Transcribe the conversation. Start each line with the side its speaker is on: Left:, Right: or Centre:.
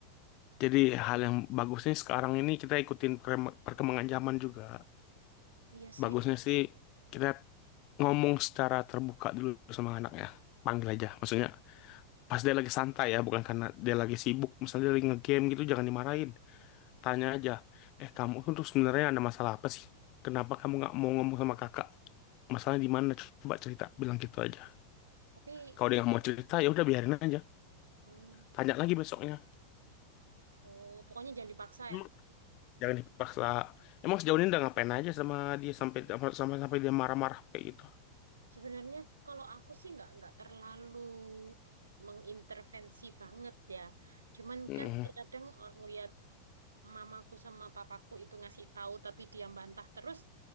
Left: Jadi hal yang bagusnya sekarang ini kita ikutin perkema- perkembangan zaman juga.
Right: Iya sih.
Left: Bagusnya sih kita ngomong secara terbuka dulu sama anak ya. Panggil aja, maksudnya pas dia lagi santai ya, bukan karena dia lagi sibuk. Misalnya dia lagi ngegame gitu, jangan dimarahin. Tanya aja, eh kamu tuh sebenarnya ada masalah apa sih? Kenapa kamu nggak mau ngomong sama kakak? Masalahnya di mana? Coba cerita, bilang gitu aja.
Right: Tapi,
Left: Kalau dia nggak
Right: oh,
Left: mau cerita, ya udah biarin aja.
Right: hmm.
Left: Tanya lagi besoknya.
Right: oh, pokoknya jangan dipaksa
Left: Emang
Right: ya.
Left: jangan dipaksa. Emang sejauh ini udah ngapain aja sama dia sampai sampai sampai dia marah-marah kayak gitu?
Right: Sebenarnya kalau aku sih nggak nggak terlalu mengintervensi banget ya. Cuman
Left: Hmm,
Right: kan terkadang o- ngelihat mamaku sama papaku itu ngasih tahu tapi dia bantah terus,